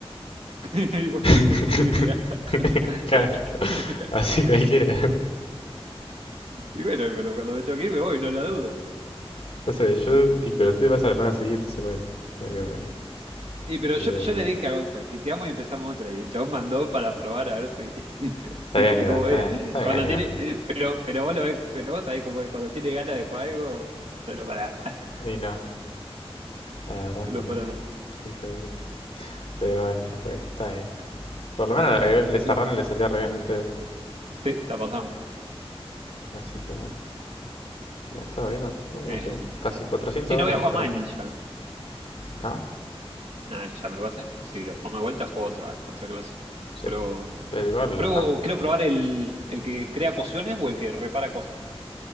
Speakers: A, on the right; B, on the left.
A: <laughs> Y bueno,
B: <laughs>
A: ¿qué quiere que le haga? <laughs>
B: Claro, así cualquiera.
A: Y bueno, pero cuando me tengo que ir, me voy, no lo dudo.
B: Entonces, yo. Y pero tú vas a la pana seguida, entonces, bueno. Digo que me.
A: Y pero
B: que
A: yo,
B: digo,
A: yo
B: "Uh,
A: le dije a Gonza que te amo y empezamos otra. Y el chabón mandó para probar a ver si. <laughs>
B: está
A: ¿Viste
B: bien, Iván,
A: cómo
B: está
A: es?
B: bien, está
A: Cuando
B: bien, Iván.
A: tiene. Pero, pero vos lo ves, pero vos sabés cómo es. Cuando tiene ganas de jugar algo, no lo para. <laughs>
B: Y no, la verdad
A: No
B: que
A: lo
B: no.
A: para nada.
B: Qué hija de puta. Pero bueno, ya fue, está bien. Por lo menos
A: La,
B: esa run le salía re bien a ustedes.
A: sí, la pasamos.
B: Así que bueno. Me estaba viendo. No,
A: <laughs>
B: tengo casi 400
A: Sí, no
B: horas
A: voy a
B: en
A: jugar
B: el torneo.
A: más en Ninja.
B: ¿No?
A: Nada, ya me lo pasé. Si lo jugamos de vuelta, juego otra, otra clase.
B: Sí.
A: Pero,
B: Pero igual.
A: pruebo, creo probar el, el que crea pociones o el que repara cosas.